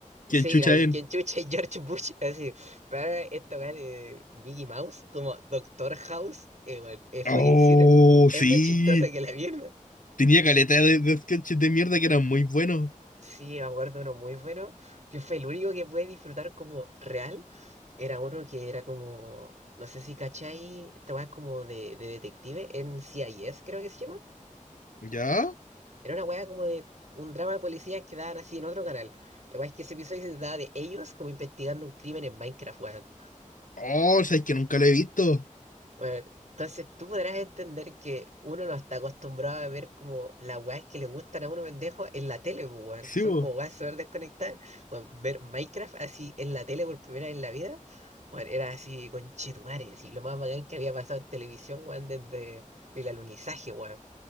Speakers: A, on the left; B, on the right.
A: ¿Quién
B: Sí,
A: chucha
B: la, y
A: es?
B: quien chucha <laughs> es George Bush, así, pero esta weá de Mickey Mouse, como Doctor House, eh, weón, es
A: Oh,
B: fucking cine,
A: sí.
B: es más chistosa que la mierda.
A: Tenía caleta de, de sketches de mierda que eran muy buenos.
B: Sí, me acuerdo uno muy bueno, que fue el único que pude disfrutar como real. Era uno que era como, no sé si cachai, esta weá como de, de detective en C I S creo que se llama.
A: ¿Ya?
B: Era una weá como de un drama de policías que daban así en otro canal. La weá es que ese episodio se trataba de ellos como investigando un crimen en Minecraft, weón.
A: Oh, sabes que nunca lo he visto.
B: Bueno, entonces tú podrás entender que uno no está acostumbrado a ver como las weas que le gustan a uno pendejo en la tele, pues, weón,
A: Sí,
B: que son
A: bo.
B: como weas súper desconectadas. Bueno, ver Minecraft así en la tele por primera vez en la vida, bueno, era así con chetumare, así lo más bacán que había pasado en televisión, weón, desde el alunizaje, weón.